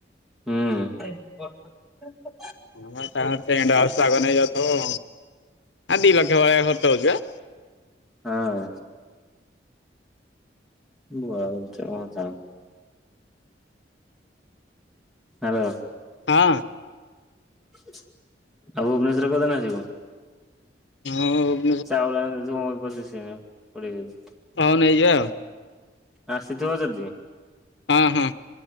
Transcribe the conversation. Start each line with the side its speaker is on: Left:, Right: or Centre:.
Centre: ହୁଁ ବ। <unintelligible>
Left: ହଁ ତାଙ୍କ ଟେଣ୍ଟ ହାଉସ୍ ଆଗ ନେଇଇଯାଉଥିବ। ଆ ଦି ଲକ୍ଷ ଭଲିଆ ଖର୍ଚ ହଉଛି ବା।
Centre: ହଁ- ହୁ ହ ତ। <unintelligible> ହ୍ୟାଲୋ।
Left: ହଁ
Centre: ଆଉ ଭୁବନେଶ୍ୱରରେ କୋଉଦିନ ଯିବ?
Left: ହୁଁ
Centre: ଚାଉଳ ଆଣିଦେଇଥିବୁ ମୋର ପଚିଶ୍ କିଲୋ କୋଡ଼ିଏ କିଲୋ।
Left: ହଉ ନେଇଯାଓ।
Centre: ଆସିଥିବ ଯଦି।
Left: ହଁ ହଁ